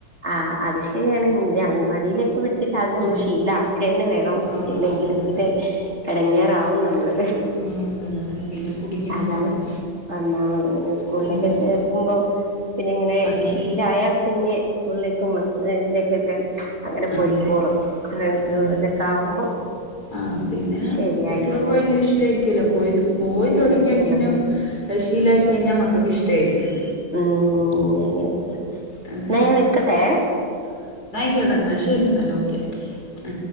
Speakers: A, on the right; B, on the left.
A: ആഹ് അത് ശ രിയാണ് ഇത് അംഗൻവാടിയിലൊക്കെ വിട്ടിട്ട് ആദ്യം നമ്മള്
B: ആഹ്
A: ശീലാക്കന്നെ വേണം
B: ആഹ് ആഹ്
A: ഇല്ലെങ്കില്
B: അതന്നെ
A: പിന്നെ
B: അതന്നെ
A: എടങ്ങേറാവും നമ്മള്
B: ആഹ് അതന്നെ അതന്നെ പിന്നെ കുടുങ്ങിപ്പോകും
A: അതാണ് ഒന്നാമത് പിന്നെ സ്കൂൾലൊക്കെ
B: ഉം ഉം
A: ചേർക്കുമ്പോ പിന്നെ ങ്ങനെ
B: അതന്നെ
A: ശീലായ പിന്നെ സ് കൂളിലേക്കും <unintelligible> അങ്ങനെ പോയ്ക്കോളും.
B: അതന്നെ
A: ഫ്രണ്ട്സ്
B: അതന്നെ അതന്നെ
A: ഇതൊക്കെ ആവുമ്പം
B: ആഹ് പിന്നെ
A: ശരിയായിക്കോളും
B: കുട്ടികൾക്ക് ഭയങ്കര ഇഷ്ടായിരിക്കുവല്ലോ പോയി പോയി
A: എങ്ങനെയൊക്കെയ
B: തുടങ്ങിയ പിന്നെ
A: ഉള്ളതിലെ
B: അഹ് ശീലായിക്കഴിഞ്ഞാ മക് തൊക്കെ ഇഷ്ട്ടായിരിക്കും.
A: ഉം ങ്ങനെ
B: അതന്നെ
A: ന്നാ ഞാൻ വെക്കട്ടേ?
B: യ്ക്കോട്ടെ ന്നാ ശ് എരി ന്നാൽ ഓക്കെ